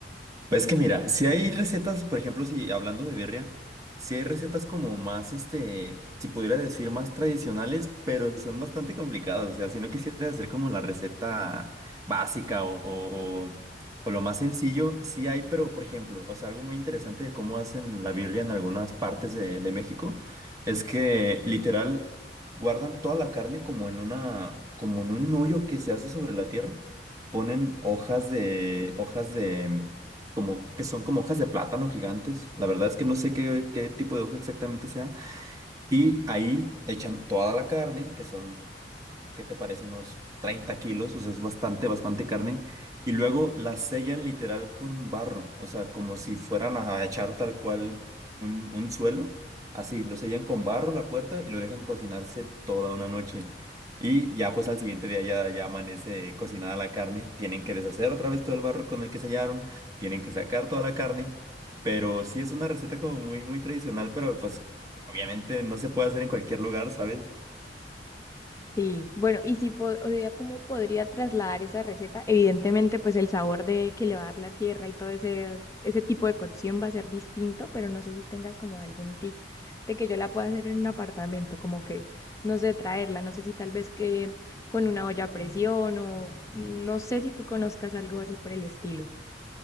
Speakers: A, on the right; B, on the left.
A: Pues que mira, si hay recetas, por ejemplo, si hablando de birria, si hay recetas como más, este, si pudiera decir más tradicionales, pero son bastante complicadas. O sea, si no quisieras hacer como la receta básica o, o, o- o lo más sencillo, sí hay, pero por ejemplo, o sea, algo muy interesante de cómo hacen la birria en algunas partes de, de México es que literal guardan toda la carne como en una, como en un hoyo que se hace sobre la tierra. Ponen hojas de, hojas de, como que son como hojas de plátano gigantes. La verdad es que no sé qué, qué tipo de hoja exactamente sea. Y ahí echan toda la carne, que son ¿qué te parece? Unos 30 kilos, o sea, es bastante, bastante carne. Y luego la sellan literal con barro, o sea, como si fueran a echar tal cual un, un suelo. Así, lo sellan con barro la puerta y lo dejan cocinarse toda una noche. Y ya pues al siguiente día ya, ya amanece cocinada la carne. Tienen que deshacer otra vez todo el barro con el que sellaron. Tienen que sacar toda la carne. Pero sí es una receta como muy, muy tradicional, pero pues obviamente no se puede hacer en cualquier lugar, ¿sabes?
B: Sí, bueno, y si po- o sea, ¿cómo podría trasladar esa receta? Evidentemente, pues el sabor de que le va a dar la tierra y todo ese, ese tipo de cocción va a ser distinto, pero no sé si tengas como algún tip de que yo la pueda hacer en un apartamento, como que, no sé, traerla, no sé si tal vez que con una olla a presión o no sé si tú conozcas algo así por el estilo.